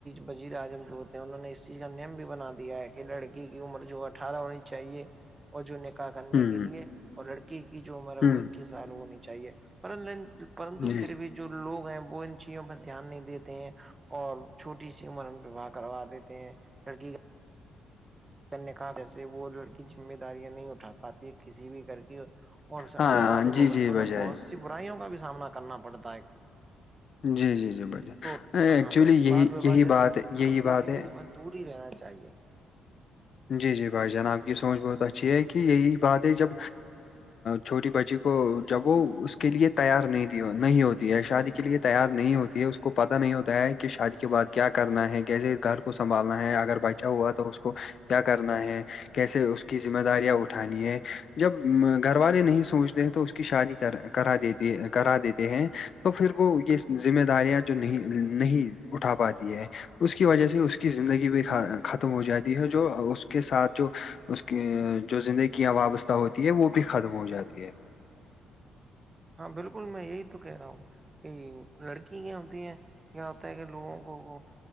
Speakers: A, on the right; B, on the left.
A: بزیر اعظم جو ہوتے ہیں انہوں نے اس چیز کا نیم بھی بنا دیا ہے لڑکی کی عمر جو اٹھارہ ہونی چاہیے اور جو نکاح کرنے
B: ہوں
A: کے لیے اور لڑکی کی جو عمر ہے
B: ہوں
A: وہ اکیس سال ہونی چاہیے پر پرنتو
B: جی
A: پھر بھی جو جو لوگ ہیں وہ ان چیزوں پہ دھیان نہیں دیتے ہیں اور چھوٹی سی عمر ہم پواہ کروا دیتے ہیں لڑکی کا کرکار جیسے وہ لڑکی ذمہ داریاں نہیں اٹھا پاتی کسی بھی گھر کی اور
B: ہاں
A: آنے والیوستا
B: جی جی بھائی
A: میں
B: جان
A: بہت سی برائیوں کا بھی سامنا کرنا پڑتا ہے
B: جی جی جی بھائی جان
A: تو
B: ایکچولی
A: ہاں تو اس
B: یہی
A: بال وار
B: یہی
A: جیسی
B: بات یہی
A: کرتی
B: بات
A: سے
B: ہے
A: بھی دور ہی رہنا چاہیے
B: جی جی بھائی جان آپ کی سوچ بہت اچھی ہے کہ یہی بات ہے جب چھوٹی بچی کو جب وہ اس کے لیے تیار نہیں نہیں ہوتی ہے شادی کے لیے تیار نہیں ہوتی ہے اس کو پتا نہیں ہوتا ہے کہ شادی کے بعد کیا کرنا ہے کیسے گھر کو سنبھالنا ہے اگر بچا ہوا تو اس کو کیا کرنا ہے کیسے اس کی ذمہ داریاں اٹھانی ہے جب گھر والے نہیں سوچتے ہیں تو اس کی شادی کر کرا دیتی کرا دیتے ہیں تو پھر وہ یہ ذمہ داریاں جو نہیں نہیں اٹھا پاتی ہے اس کی وجہ سے اس کی زندگی بھی ختم ہو جاتی ہے جو اس کے ساتھ جو اس کی جو زندگیاں وابستہ ہوتی ہے وہ بھی ختم ہو جاتی ہے
A: ہاں بالکل میں یہی تو کہہ رہا ہوں کہ لڑکی کیا ہوتی ہے کیا ہوتا ہے کہ لوگوں کو